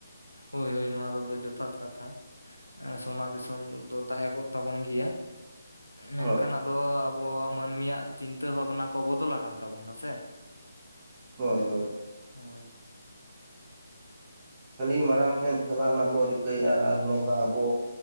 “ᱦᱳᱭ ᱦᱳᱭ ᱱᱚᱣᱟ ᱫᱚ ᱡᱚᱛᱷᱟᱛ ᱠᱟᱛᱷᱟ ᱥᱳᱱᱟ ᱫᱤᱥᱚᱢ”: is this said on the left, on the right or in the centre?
Left